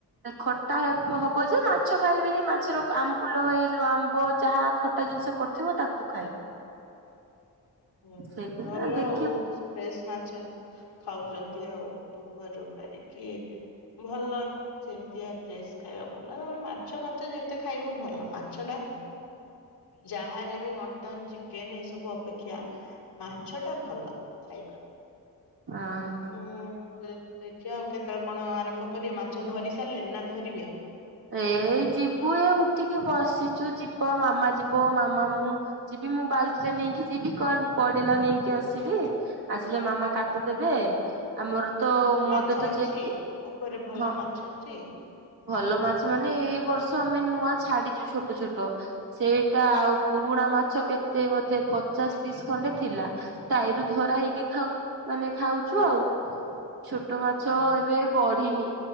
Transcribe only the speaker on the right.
ଖଟା ହବଯେ ମାଛ ଖାଇବେନି ମାଛର ଆ ଫୁଲ ଏଇ ଯୋଉ ଆମ୍ବ ଯାହା ଖଟା ଜିନିଷ ପଡ଼ିଥିବ ତାକୁ ଖାଇବି।
ସେଇଥିପାଇଁ
ଦେଖିବୁ।
ଆଁ ହଁ।
ଏଇ ଯିବୁ ଉଠିକି ବସିଛୁ ଯିବ ମାମା ଯିବ ମାମା ମୁଁ ଯିବି ମୁଁ ବାଲ୍ଟିଟା ନେଇକି ଯିବି କଣ ପଡିଲା ନେଇକି ଆସିବି। ଆସିଲେ ମାମା କାଟିଦବେ ଆମରତ ମତେତ
ଚେକ
ହଁ
ଭଲ ମା ଛ ମାନେ ଏଇବର୍ଷ ଆମେ ନୂଆ ଛାଡିଛୁ ଛୋଟ ଛୋଟ। ସେଇଟା ଆଉ ପୁରୁଣା ମାଛ କେତେ ବୋଧେ ପଚାଶ ପିସ୍ ଖଣ୍ଡେ ଥିଲା। ତାଈରୁ ଧରା ହେଇକି ଖାଉ ମାନେ ଖାଉଛୁ ଆଉ। ଛୋଟ ମାଛ
ଏବେ ବଢିନି